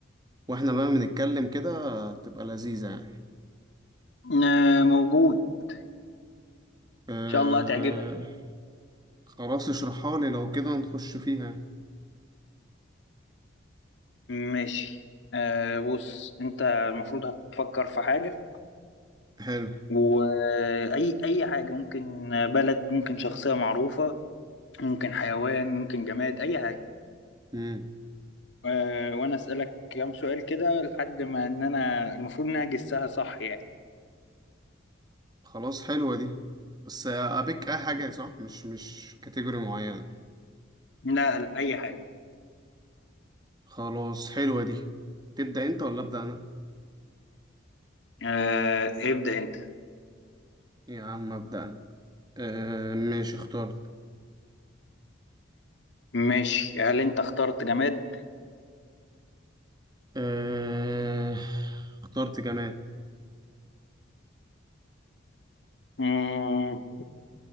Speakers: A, on the right (about 20°); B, on the left (about 65°).
A: واحنا بقى بنتكلم كده تبقى لذيذه يعني
B: آه موجود إن
A: أه
B: شاء الله هتعجبك يعني
A: خلاص اشرحها لي لو كده نخش فيها
B: ماشي آه بص أنت المفروض هتفكر في حاجة
A: حلو
B: وأي أي حاجة ممكن بلد ممكن شخصية معروفة ممكن حيوان ممكن جماد أي حاجة
A: مم.
B: آه وأنا أسألك كام سؤال كده لحد ما إن أنا المفروض إن أنا أجسها صح يعني
A: خلاص حلوة دي بس أبيك أي حاجة صح مش مش كاتيجوري معينة
B: لا لا أي حاجة
A: خلاص حلوة دي تبدأ أنت ولا أبدأ أنا
B: آه ابدأ أنت
A: يا عم أبدأ أنا آه ماشي اخترت
B: ماشي هل انت اخترت جماد؟
A: آه اخترت جماد
B: مم.